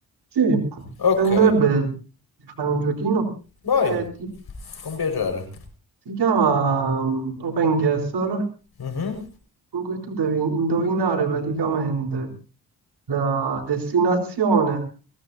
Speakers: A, on the right; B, on the left.
A: Sì, ti
B: Ok,
A: andrebbe di fare un giochino?
B: vai,
A: Se ti,
B: con piacere.
A: si chiama mm, Open Guesser,
B: Mhm,
A: in cui tu devi indovinare praticamente la destinazione